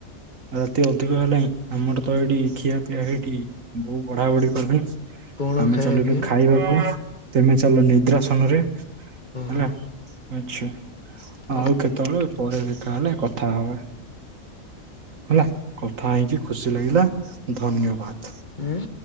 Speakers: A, on the right; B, on the left.
A: ରାତି ଅଧିକ ହେଲାଣି ଆମର ତ ଏଇଠି ଖିଆପିଆ ହେଇଠି ବହୁତ ବଢା ବଢି କଲେଣି।
B: କଣ
A: ଆମେ
B: ଖାଇବା
A: ଚାଲୁଲୁ
B: ପିଇବା
A: ଖାଇବାକୁ ତେମେ ଚାଲ ନିଦ୍ରାସନ ରେ। ହେଲା
B: ହଉ
A: ଆଚ୍ଛା
B: ହଉ
A: ଆଉ କେତେବେଳେ ପରେ ଦେଖା ହେଲେ କ ଥା ହବା। ହେଲା କଥା ହେଇକି ଖୁସି ଲାଗିଲା ଧନ୍ୟବାଦ।
B: ହଉ।